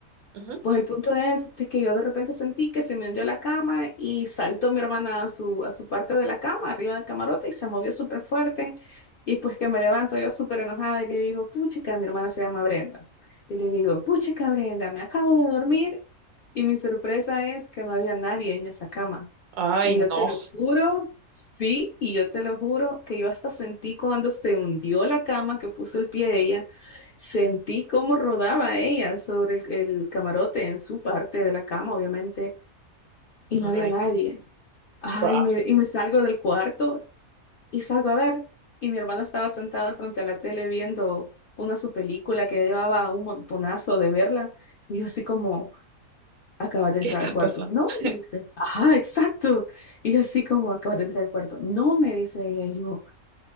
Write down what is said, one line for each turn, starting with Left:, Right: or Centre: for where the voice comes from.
Right: ujú.
Left: Pues el punto es de que yo de repente sentí que se me hundió la cama y saltó mi hermana a su, a su parte de la cama, arriba del camarote, y se movió súper fuerte. Y pues que me levanto yo súper enojada y le digo, puchica, mi hermana se llama Brenda. Y le digo, puchica, Brenda, me acabo de dormir. Y mi sorpresa es que no había nadie en esa cama.
Right: Ay,
Left: Y
Right: no,
Left: yo te lo juro, sí, y yo te lo juro que yo hasta sentí cuando se hundió la cama que puso el pie ella, sentí cómo rodaba ella sobre el, el camarote en su parte de la cama, obviamente, y no había
Right: ay,
Left: nadie.
Right: no,
Left: Ay,
Right: wow,
Left: me,
Right: <laughs>
Left: y me salgo del cuarto y salgo a ver. Y mi hermana estaba sentada frente a la tele viendo una su película que ya llevaba un montonazo de verla. Y yo así como acabas de
Right: ¿qué
Left: entrar
Right: está
Left: al cuarto.
Right: pasando?
Left: No,
Right: <laughs>
Left: me dice, ajá, exacto. Y yo así como, acabas de entrar al cuarto. No, me dice ella, y yo,